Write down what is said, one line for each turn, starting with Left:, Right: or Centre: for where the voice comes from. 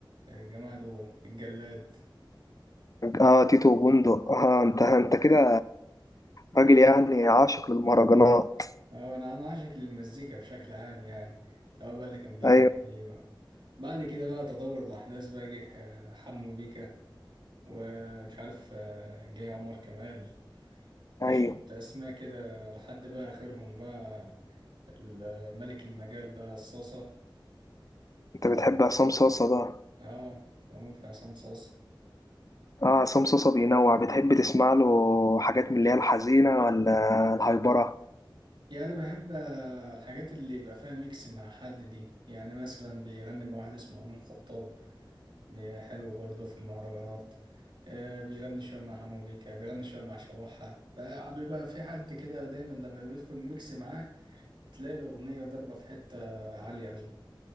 Right: الجماعة دول الجلاد
Left: اه تيتو وبندق اه انت انت كده راجل يعني عاشق للمهرجانات
Right: اه انا انا عاشق للمزيكا بشكل عام يعني سواء بقى اللي كان بيغني
Left: ايوه
Right: ايه بقى بعد كده بقى تطور الاحداث بقى جه آه، حمو بيكا ومش عارف آه، جه عمر كمال وشوية
Left: ايوه
Right: أسماء كده لحد بقى آخرهم بقى ال- ملك المجال بقى صاصة
Left: انت بتحب عصام صاصه ده
Right: اه بموت في عصام صاصة
Left: اه عصام صوصة بينوع بتحب تسمع له حاجات من اللي هي الحزينة ولا الهايبرة
Right: يعني أنا بحب آه، الحاجات اللي يبقى فيها ميكس مع حد دي يعني مثلا بيغني مع واحد اسمه أمين خطاب بي- حلو برضه في المهرجانات آه، بيغني شوية مع حمو بيكا بيغني شوية مع شوحة فقعد بقى في حد كده دايما لما بيدخل ميكس معاه بتلاقي الأغنية ضربة في حتة عالية أوي